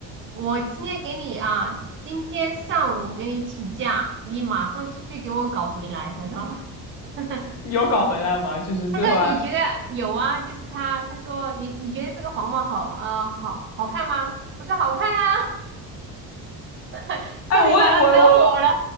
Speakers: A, on the right; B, on the left.
A: 我今天给你啊，今天上午给你请假，你马上出去给我搞回来。他说，<laughs> 他
B: 有搞回来吗？就是最后还。
A: 说你觉得有啊？就是他，他说你你觉得这个黄帽好啊、呃好好看吗？我说好看啊，<laughs>
B: 哎，
A: 差点把他惹火了。
B: 我也我我，